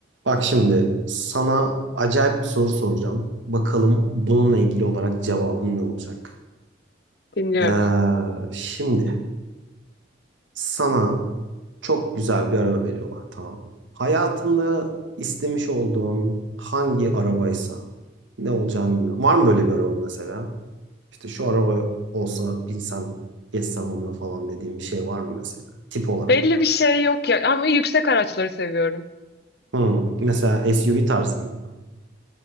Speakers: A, on the right (about 75°); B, on the left (about 55°).
A: Bak şimdi sana acayip bir soru soracağım. Bakalım bununla ilgili olarak cevabın ne olacak?
B: Dinliyorum.
A: Ee, şimdi sana çok güzel bir araba veriyorlar tamam mı? Hayatında istemiş olduğun hangi arabaysa ne olacağını bilmiyorum. Var mı böyle bir araba mesela? İşte şu araba olsa binsem geçsem onunla falan dediğim bir şey var mı mesela? Tip olarak.
B: Belli bir şey yok ya ama yüksek araçları seviyorum.
A: Hmm, mesela SUV tarzı gibi.